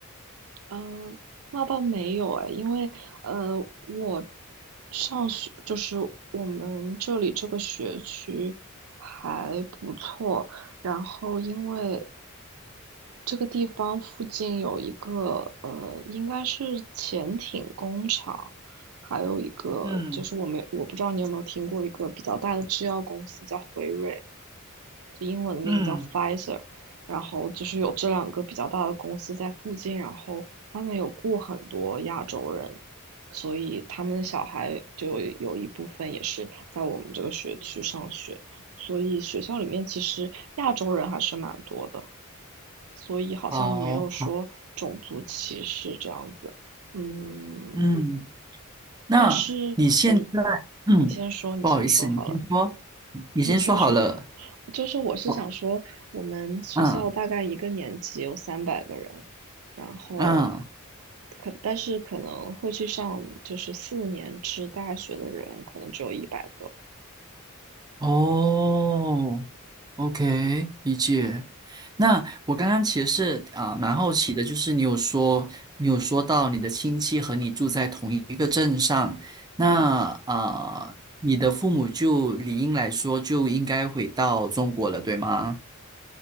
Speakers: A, on the right; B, on the right.
A: 呃，那倒没有哎，因为呃，我上学就是我们这里这个学区还不错，然后因为这个地方附近有一个呃，应该是潜艇工厂，还有一个就是我没我不知道你有没有听过一个比较大的制药公司叫辉瑞，
B: 嗯
A: 就英文名叫
B: 嗯
A: Pfizer，然后就是有这两个比较大的公司在附近，然后他们有雇很多亚洲人，所以他们的小孩就有有一部分也是在我们这个学区上学，所以学校里面其实亚洲人还是蛮多的。所以好像没有说种族歧视这样子。
B: 好，
A: 嗯，
B: 嗯，那你现在，
A: 但是我，
B: 嗯，
A: 你先说，你先说好了，
B: 不好意思，你先说，你先说好了。
A: 你先说。就是我是想说，
B: 我，
A: 我们学校大概一个年级有三百个人，
B: 嗯
A: 然后
B: 嗯。
A: 可但是可能会去上就是四年制大学的人，可能只有一百个。
B: 哦，OK，理解。那我刚刚其实是啊、蛮好奇的，就是你有说你有说到你的亲戚和你住在同一个镇上，那啊、
A: 对，
B: 你的父母就理应来说就应该回到中国了，对吗？